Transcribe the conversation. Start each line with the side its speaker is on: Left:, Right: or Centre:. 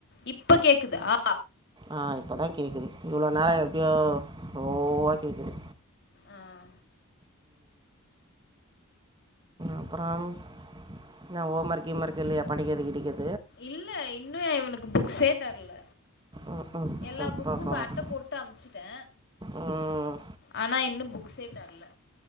Left: இப்ப கேக்குதா
Right: ஆ இப்போ தா கேக்குது இவ்ளோ நேரோ எப்டியோ ஸ்லோவா கேக்குது
Left: ஆஹ்
Right: அப்றம் என்ன ஓம்மர்க் கீம்மர்க் இல்லையா படிக்கிறது கிடிக்கிறது
Left: இல்ல இன்னு இவனுக்கு புக்ஸே தர்ல
Right: ம் ம்
Left: எல்லா
Right: கரெக்டாக
Left: புக்குகூ
Right: சொன்னது
Left: அட்ட போட்டு அம்ச்சுட்டே
Right: ம்
Left: ஆனா இன்னு புக் ஸே தர்ல